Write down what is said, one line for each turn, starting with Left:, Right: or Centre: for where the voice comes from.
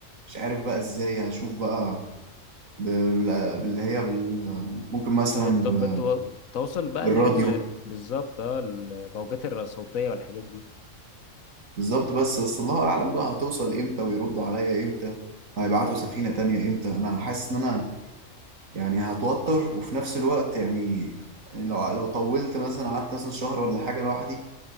Right: مش عارف بقى ازاي هشوف بقى بال- باللي هي بال... ممكن مثلا
Left: بت-
Right: ب-
Left: بت- بتوصل بقى
Right: بالراديو
Left: اللي هي ال- بالظبط اه الموجات الر- الصوتية والحاجات دي
Right: بالظبط بس بس الله اعلم بقى هتوصل امتى ويردوا عليا امتى وهيبعتوا سفينه تانية امتى انا حاسس ان انا يعني هتوتر وفي نفس الوقت يعني لو لو طولت مثلا قعدت مثلا شهر ولا حاجه لوحدي